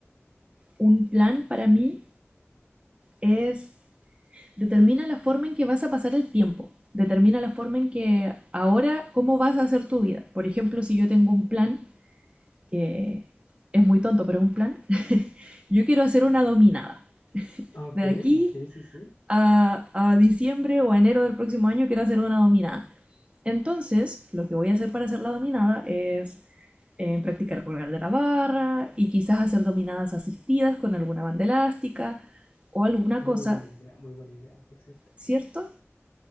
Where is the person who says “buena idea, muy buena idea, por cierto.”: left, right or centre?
Left